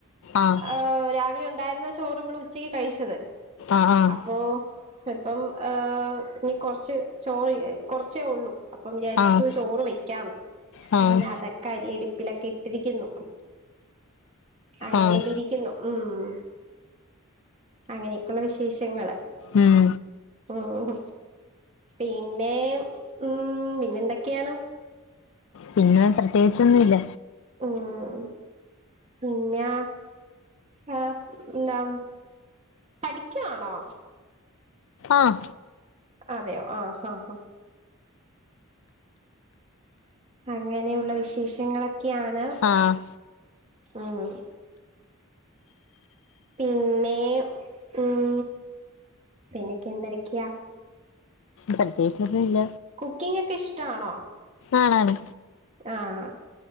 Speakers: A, on the left; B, on the right.
A: ആഹ്
B: ആ രാവിലെ ഉ ഉണ്ടായിരുന്ന ചോറ് നമ്മൾ ഉച്ചയ്ക്ക് കഴിച്ചത്
A: ആഹ്
B: അപ്പൊ ഇപ്പം ആ ഇനി കുറച്ച് ചോറ് കൊർ ച്ചേ ഉള്ളൂ അപ്പം വിചാരിച്ചു
A: ആഹ്
B: ചോറ് വെക്കാന്ന്
A: ആഹ് ആഹ്
B: അങ്ങനെ അതൊക്കെ അരിയടി പിലക്കി ട്ടിരിക്കുന്നു അങ്ങനെ
A: ആഹ്
B: ഇവിടെ ഇരിക്കുന്നു ഊം അങ്ങനെയൊക്കെയുള്ള വിശേഷങ്ങള്
A: ഉം
B: ഉം പിന്നേ ഉം പിന്നെന്തൊക്കെയാണ്
A: പിന്നെ പ്രത്യേകിച്ചൊന്നുമില്ല
B: ഉം പിന്നെ എന്താ പഠിക്കുവാണോ
A: ആഹ
B: അതെയോ ആഹ് ആഹ് ഹ അങ്ങനെയുള്ള വിശേഷങ്ങളൊ ഒക്കെയാണ്
A: ആഹ്
B: ഉം പിന്നെ ഉം പിന്നക്കെ എന്തരക്കാ
A: പ്രത്യേകിച്ചൊന്നും ഇല്ല
B: കുക്കിംഗ ഒക്കെ ഇഷ്ടാണോ
A: ആണ് ആണ്
B: ആഹ